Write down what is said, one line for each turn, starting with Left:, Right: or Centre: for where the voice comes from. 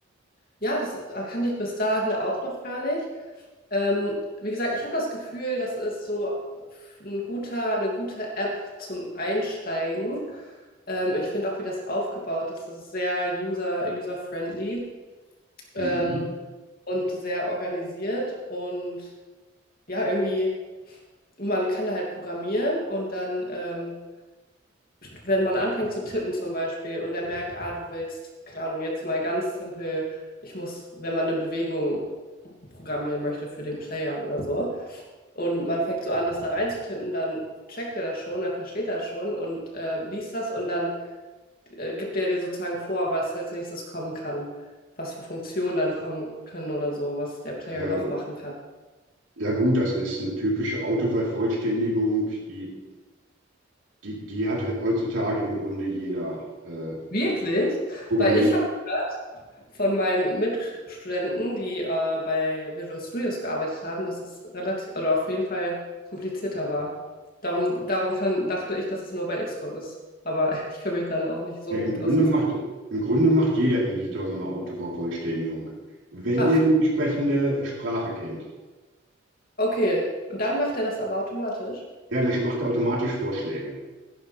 Left: Ja, das ah, kannte ich bis dahin auch noch gar nicht. Ähm, wie gesagt, ich habe das Gefühl, das ist so ein guter, eine gute App zum Einsteigen. Ähm, ich finde auch, wie das aufgebaut ist, das ist sehr user, user-friendly.
Right: Mhm.
Left: ähm, und sehr organisiert und ja, irgendwie, man kann da halt programmieren und dann, ähm, wenn man anfängt zu tippen zum Beispiel und der merkt, ah, du willst, keine Ahnung, jetzt mal ganz simpel, ich muss, wenn man eine Bewegung programmieren möchte für den Player oder so und man fängt so an, das da reinzutippen, dann checkt er das schon, er versteht das schon und äh, liest das und dann äh, gibt der dir sozusagen vor, was als nächstes kommen kann, was für Funktionen dann kommen können oder so, was der Player
Right: Äh,
Left: noch machen kann.
Right: ja gut, das ist eine typische Autovervollständigung, die die, die hat heutzutage im Grunde jeder äh,
Left: Wirklich?
Right: programmiert.
Left: Weil ich habe gehört von meinen Mitstudenten, die äh, bei Visual Studios gearbeitet haben, dass es relativ, also auf jeden Fall komplizierter war. Darum, darum kann, dachte ich, dass es nur bei Xcode ist. Aber <laughs> ich kenne mich dann auch nicht so
Right: Ja, im
Left: gut
Right: Grunde
Left: aus. Dass...
Right: macht, im Grunde macht jeder Editor so eine Autovervollständigung. Wenn
Left: Ach,
Right: er die entsprechende Sprache kennt,
Left: okay. Und dann macht er das aber automatisch.
Right: ja, dann macht er automatisch Vorschläge.